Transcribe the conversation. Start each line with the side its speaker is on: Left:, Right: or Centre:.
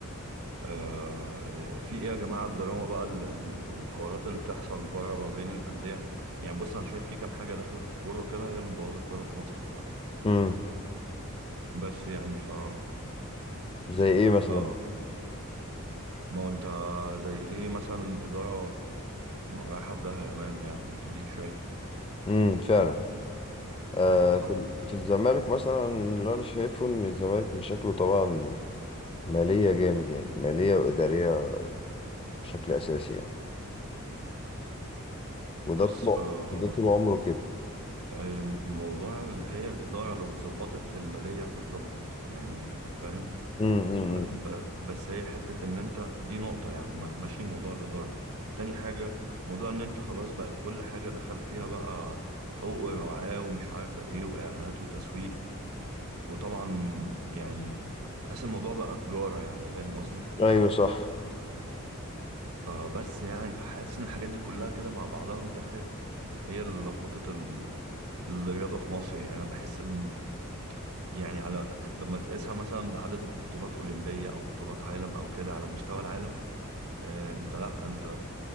Right: آه في ايه يا جماعة الدراما بقى ال- ال- والحوارات اللي بتحصل بره ما بين الأندية يعني بص انا شايف في كام حاجة داخلة في الكورة وكده هي اللي مبوظة الكورة في مصر بصراحة
Left: امم
Right: بس يعني ف
Left: زي ايه مثلا
Right: ف ما هو انت زي ايه مثلا إدارة رايحة في داهية يا مان يعني انت ليك شايف
Left: امم فعلا آه،
Right: اه
Left: في ال- في الزمالك مثلا اللي انا شايفه ان الزمالك مشاكله طبعا ماليه جامد يعني ماليه واداريه بشكل اساسي يعني وده
Right: بص
Left: طول
Right: آه،
Left: ده طول عمره كده
Right: الم- موضوع ال- هي الإدارة لو اتظبطت المالية هتتظبط يعني فاهم
Left: امم
Right: ب ب بس هي حتة إن أنت دي نقطة يعني ما- ماشي موضوع الإدارة تاني حاجة موضوع إن أنت خلاص بقت كل حاجة دخل فيها بقى حقوق ورعاة ومش عارفة إيه وإعلانات وتسويق وطبعا يعني تحس الموضوع بقى تجارة يعني فاهم قصدي
Left: ايوه صح
Right: فبس يعني فحاسس إن الحاجات دي كلها كده مع بعضها من الآخر هي اللي لخبطت الرياضة في مصر يعني أنا بحس إن يعني على لما تقيسها مثلا بعدد بطولات أولمبية أو بطولات عالم أو كده على مستوى العالم آه، أنت لأ أنت